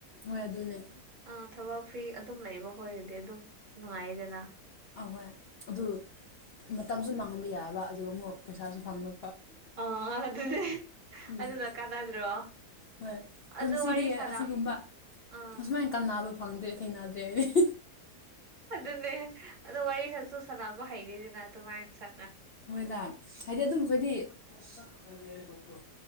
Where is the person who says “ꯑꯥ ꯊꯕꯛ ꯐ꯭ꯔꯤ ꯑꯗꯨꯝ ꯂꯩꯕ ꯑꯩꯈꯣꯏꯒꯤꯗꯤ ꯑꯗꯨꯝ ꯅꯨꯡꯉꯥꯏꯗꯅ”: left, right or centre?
Right